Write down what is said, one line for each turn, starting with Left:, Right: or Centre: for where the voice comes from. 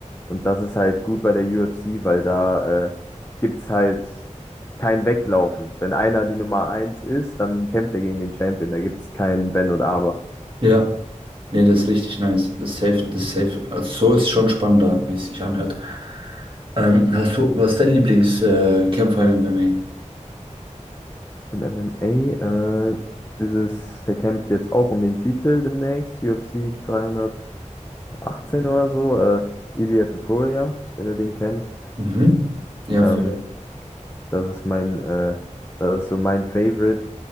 Left: Und das ist halt gut bei der UFC, weil da äh, gibt es halt kein Weglaufen. Wenn einer die Nummer eins ist, dann kämpft er gegen den Champion. Da gibt es kein Wenn und Aber.
Right: ja. Nee, das ist richtig nice. Das ist safe, das ist safe. Also so ist schon spannender, wie es sich anhört. Ähm, hast du, was ist dein Lieblingskämpfer äh, Kämpfer in MMA?
Left: Im MMA, äh, ist es, der kämpft jetzt auch um den Titel demnächst, UFC dreihundertachtzehn oder so, äh, Ilia Topuria, wenn du den kennst.
Right: Mhm. Ja,
Left: Ähm,
Right: voll.
Left: das ist mein, äh, das ist so mein Favorite,